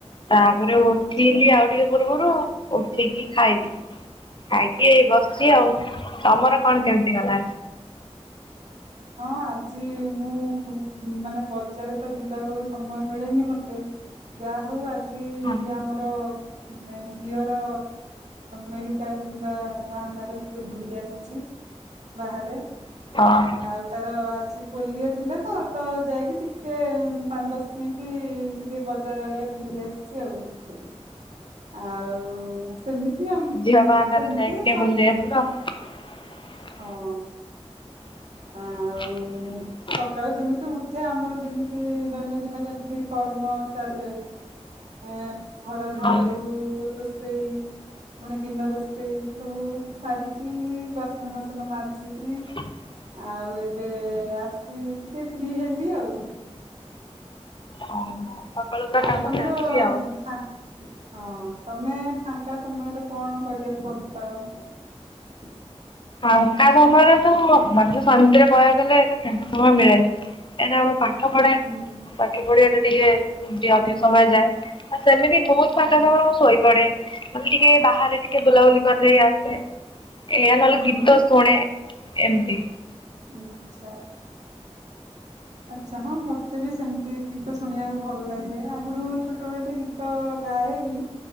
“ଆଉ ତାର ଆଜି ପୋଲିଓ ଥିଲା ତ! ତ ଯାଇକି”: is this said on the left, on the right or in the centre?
Right